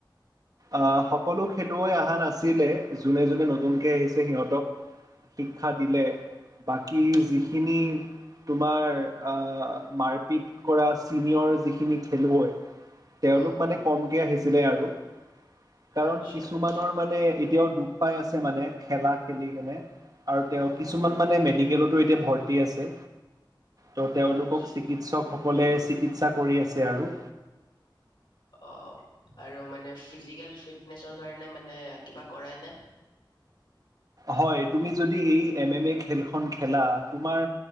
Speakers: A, on the right (about 50°); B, on the left (about 70°).
A: আ, সকলো খেলুৱৈ অহা নাছিলে যোনে যোনে নতুনকে আহিছে সিহঁতক শিক্ষা দিলে বাকী যিখিনি তোমাৰ আ, মাৰপিট কৰা চিনিয়ৰ যিখিনি খেলুৱৈ তেওঁলোক
B: অ',
A: মানে কমকে আহিছিলে আৰু। কাৰণ
B: আচ্ছা,
A: কিছুমানৰ
B: আচ্ছা,
A: মানে এতিয়াও দুখ পাই আছে মানে খেলা খেলি কেনে। আৰু তেওঁ কিছুমান মানে মেডিকেলটো এতিয়া ভৰ্তি আছে। ত' তেওঁলোকক
B: আচ্ছা,
A: চিকিৎসক সকলে চিকিৎসা কৰি আছে আৰু।
B: অ', আৰু মানে ফিজিকেল ফিটনেছৰ কাৰণে মানে কিবা কৰাই নে?
A: হয়, তুমি যদি এই এম এম এ খেলখন খেলা তোমাৰ